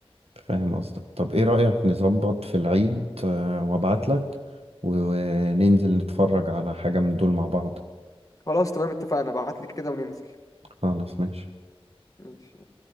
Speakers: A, on the right; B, on the left.
A: فاهم قصدك طب ايه رأيك نظبط في العيد آه، وابعتلك وننزل نتفرج على حاجة من دول مع بعض
B: خلاص تمام اتفقنا ابعت لي كده وننزل
A: خلاص ماشي
B: ماشي